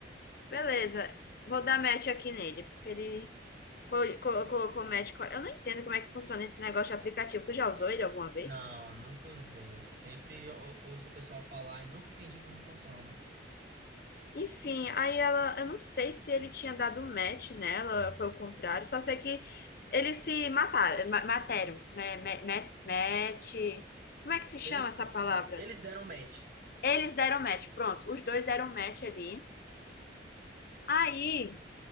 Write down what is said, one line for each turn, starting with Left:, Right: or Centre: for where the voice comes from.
Left: beleza, vou dar match aqui nele, porque ele col- col- colocou match. co- Eu não entendo como é que funciona esse negócio de aplicativo. Tu já usou ele alguma vez?
Right: Não, nunca usei. Sempre ou- ouço o pessoal falar e nunca entendi como funciona.
Left: Enfim, aí ela, eu não sei se ele tinha dado match nela, foi o contrário, só sei que eles se mataram, ma- mataram, ma- ma- ma- match. Como é que se chama
Right: Eles,
Left: essa palavra?
Right: eles deram match.
Left: Eles deram match, pronto, os dois deram match ali. Aí,